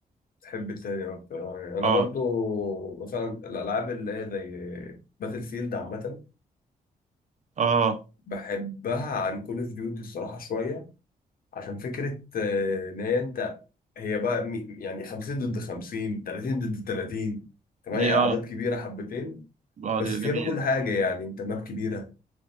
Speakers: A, on the left (about 65°); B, on the right (about 50°).
A: تحب التاني أكتر يعني أنا
B: اه
A: برضو مثلا الألعاب اللي هي زي باتل فيلد عامة
B: اه
A: بحبها عن كول أوف ديوتي الصراحة شوية عشان فكرة آه، إن هي أنت هي بقى مي- يعني 50 ضد 50 30 ضد 30 كمان
B: دي
A: اعداد
B: اه
A: كبيره حبتين
B: اه
A: بس
B: دي
A: فيها
B: جميلة
A: بقى كل حاجه يعني انت ماب كبيره